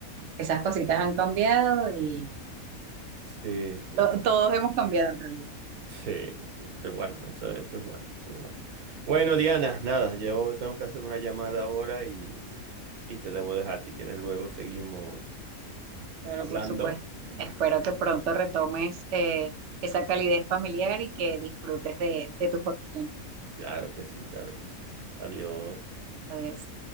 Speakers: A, on the right; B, on the right.
A: esas cositas han cambiado y
B: Sí, sí,
A: to- todos hemos cambiado en realidad.
B: sí, sí. Te- Bueno, eso, eso es bueno, eso es bueno. Bueno, Diana, nada, yo tengo que hacer una llamada ahora y, y te debo dejar. Si quieres, luego seguimos
A: Pero
B: hablando.
A: por supuesto, espero que pronto retomes eh, esa calidez familiar y que disfrutes de, de tus vacaciones.
B: Claro que sí, claro que sí. Adiós.
A: Adiós.